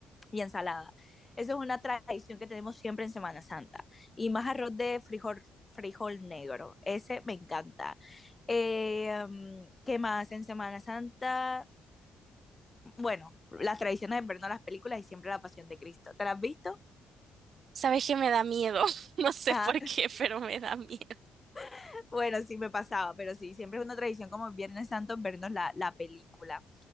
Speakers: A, on the left; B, on the right.
A: y ensalada. Esa es una tradición que tenemos siempre en Semana Santa. Y más arroz de frijol, frijol negro. Ese me encanta. Eh, mm, ¿Qué más en Semana Santa? Bueno, las tradiciones de vernos las películas y siempre la Pasión de Cristo. ¿Te las has visto?
B: Sabes que me da miedo, <laughs> no sé
A: Ah,
B: por qué, pero me da miedo.
A: <laughs> bueno, sí me pasaba, pero sí, siempre es una tradición como Viernes Santo vernos la, la película.